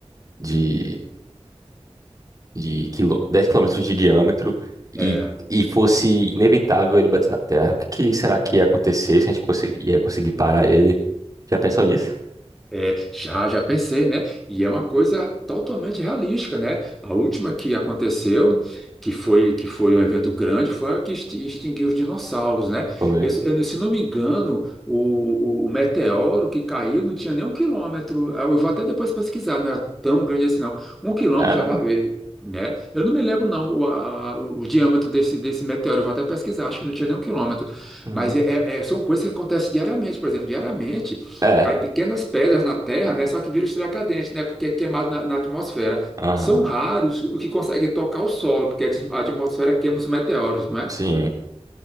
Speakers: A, on the right; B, in the centre.
A: de de quilô- 10 quilômetros de diâmetro e,
B: É,
A: e fosse inevitável ele bater na Terra, o que, que será que ia acontecer se a gente consegui- ia conseguir parar ele? Já pensou nisso?
B: é, já, já pensei, né? E é uma coisa totalmente realística, né? A última que aconteceu, que foi, que foi um evento grande, foi a que exti- extinguiu os dinossauros, né?
A: Foi.
B: Eu, eu- se não me engano, o, o, o meteoro que caiu não tinha nem um quilômetro. Eu vou até depois pesquisar, não era tão grande assim, não. Um quilômetro
A: É, né?
B: já, va- ele, né? Eu não me lembro, não, o, a- o diâmetro desse, desse meteoro. Eu vou até pesquisar, acho que não tinha nem um quilômetro.
A: Hum.
B: Mas é, é- é- são coisas que acontecem diariamente, por exemplo, diariamente.
A: é,
B: Cai pequenas pedras na Terra, né? Só que vira estrela cadente, né? Porque é queimado na, na atmosfera.
A: aham,
B: São raros o que consegue tocar o solo, porque a atmos- a atmosfera queima os meteoros, não é?
A: sim.